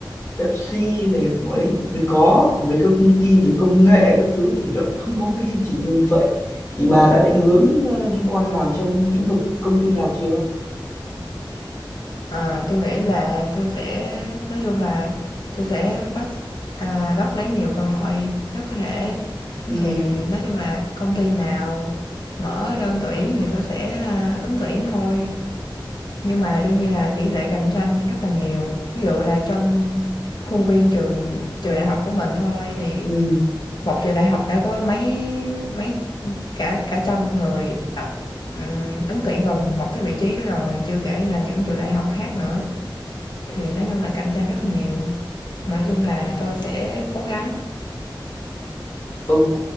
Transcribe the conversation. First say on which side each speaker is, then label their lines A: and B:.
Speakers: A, on the left; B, on the left.
A: Pepsi này mới mới có còn mấy cái công ty về công nghệ các thứ thì lại không có mấy cái chương trình như vậy thì bà đã định hướng ờ, liên quan làm trong lĩnh vực công ty nào chưa
B: ờ, tui nghĩ là tôi sẽ nói chung là tôi sẽ bắt, à, bắt lấy nhiều cơ hội nhất có thể.
A: ừ
B: Thì nói chung là công ty nào mở đơn tuyển thì tôi sẽ, à, ứng tuyển thôi, nhưng mà đương nhiên là tỷ lệ cạnh tranh rất là nhiều. Ví dụ là trong khuôn viên trường trường đại học của mình thôi thì
A: ừ
B: một trường đại học đã có mấy mấy cả cả trăm người tập, ừm, ứng tuyển vào một cái vị trí đó rồi, chưa kể là những trường đại học khác nữa. Thì nói chung là cạnh tranh rất là nhiều, mà nói chung là tôi sẽ cố gắng
A: Ok,